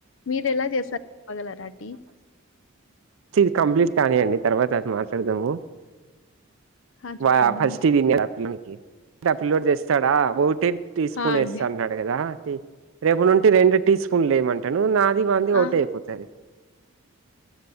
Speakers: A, on the left; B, on the right.
A: మీరు ఎలా <unintelligible> టి
B: స్ట్ ఇది కంప్లీట్ కానీయండి తర్వాత అది మాట్లాడుదాము
A: ఆ చెప్పండండి
B: వా ఫస్ట్ ఇది విన్నడ్ ఆ పిల్లోకి ఆ పిల్లుడ్ చేస్తాడా ఒకటి టీ స్పూన్
A: ఆ
B: వేస్తా
A: అండి
B: అంటన్నాడు కదా టి రేపు నుండి రెండు టీ స్పూన్లు లేమంటాను నాది వంది
A: ఆ
B: ఒకటే అయిపోతది